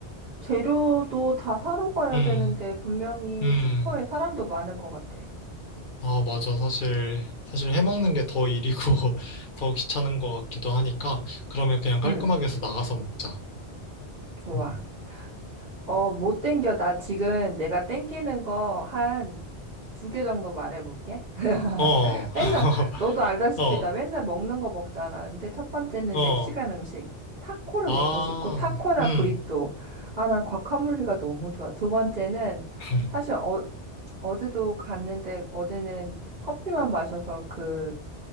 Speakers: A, on the right (about 40°); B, on the left (about 50°).
A: 재료도 다 사러 가야
B: 음,
A: 되는데 분명히
B: 음. 음.
A: 슈퍼에 사람도 많을 것 같아.
B: 아, 맞아. 사실 사실 해 먹는 게 더 일이고 <laughs> 더 귀찮은 것 같기도 하니까 그러면 그냥 깔끔하게
A: 응,
B: 해서 나가서 먹자.
A: 좋아.
B: 음.
A: 어, 못 땡겨? 나 지금 내가 땡기는 거 한 두 개 정도 말해볼게. <laughs>
B: 어,
A: 맨날,
B: <laughs>
A: 너도 알다시피
B: 어.
A: 나 맨날 먹는 거 먹잖아. 근데 첫 번째는
B: 어,
A: 멕시칸 음식. 타코를
B: 아,
A: 먹고 싶고, 타코나
B: 음,
A: 브리또. 아, 난 과카몰리가 너무 좋아. 두 번째는
B: <laughs>
A: 사실 어, 어제도 갔는데 어제는 커피만 마셔서 그